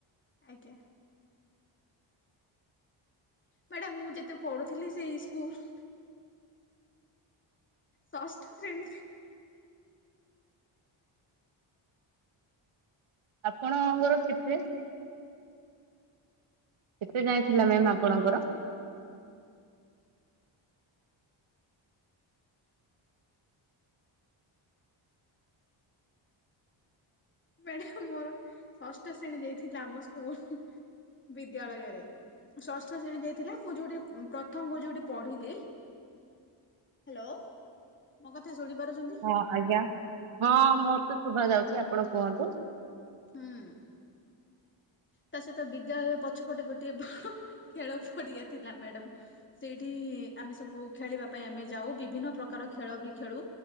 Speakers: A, on the left; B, on the right.
A: ଆଜ୍ଞା। ମ୍ୟାଡାାମ ମୁଁ ଯେତେ ପଢୁଥିଲି ସେଇ ସ୍କୁଲ ଷଷ୍ଠ ଶ୍ରେଣୀ
B: ଆପଣଙ୍କର କେତେ କେତେ ଯାଏଁ ଥିଲା ମ୍ୟାମ୍ ଆପଣଙ୍କର?
A: ମ୍ୟାଡାମ ମୋର ଷଷ୍ଠ ଶ୍ରେଣୀ ଯାଇଥିଲା ଆମ ସ୍କୁଲ। ବିଦ୍ୟାଳୟରେ ଷଷ୍ଠ ଶ୍ରେଣୀ ଯାଇଥିଲା ମୁଁ ଯୋଉଠି ପ୍ରଥମ ଯୋଉଠି ମୁଁ ପଢିଲି ହ୍ୟାଲୋ ମୋ କଥା ଶୁଣିପାରୁଚନ୍ତି।
B: ହଁ ଆଜ୍ଞା ହଁ ମତେ ଶୁଦ୍ଭା ଯାଉଛି ଆପଣ କୁହନ୍ତୁ।
A: ହୁଁ। ତା ସହିତ ବିଦ୍ୟାଳୟରେ ପଛପଟେ ଗୋଟେ ବଡ ଖେଳ ପଡିଆ ଥିଲା ମ୍ୟାଡାମ। ସେଇଠି ଆମେ ସବୁ ଖେଳିବା ପାଇଁ ଆମେ ଯାଉ ବିଭିନ୍ନ ପ୍ରକାର ଖେଳ ବି ଖେଳୁ।